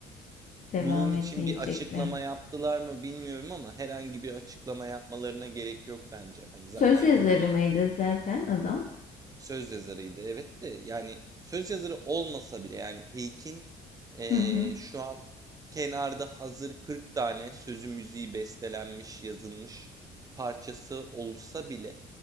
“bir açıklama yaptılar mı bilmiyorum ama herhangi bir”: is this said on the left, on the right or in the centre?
Right